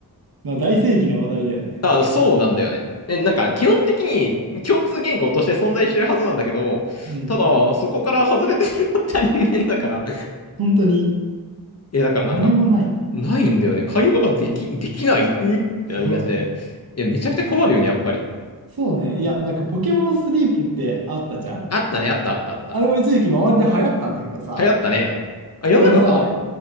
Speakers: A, on the right (about 60°); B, on the left (about 40°).
A: まあ大正義な話題だよね。
B: あ、そうなんだよね。え、なんか、基本的に共通言語として存在してるはずなんだけど、
A: うん。
B: ただ、そこから外れてしまった人間だから、
A: 本当に
B: <laughs> いや、だからなんか、
A: 何もない。うん。
B: ないんだよね。会話ができ、できない、うってなりがちで。
A: そう
B: いや、めちゃくちゃ困るよね、やっぱり。
A: そうね。いや、なんかポケモンスリープってあったじゃん
B: あったね、あった、あった、あった。
A: あれも一時期周りで流行ったんだけどさ、
B: 流行ったね。あ、やんなかったの
A: 俺さ、